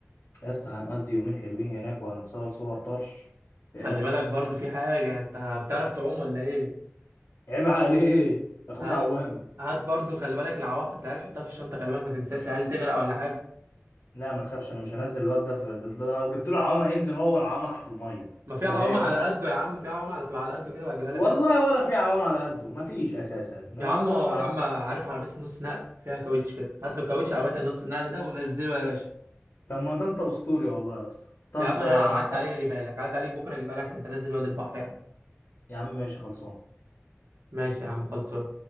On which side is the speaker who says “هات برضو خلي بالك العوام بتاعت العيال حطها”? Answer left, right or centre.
Right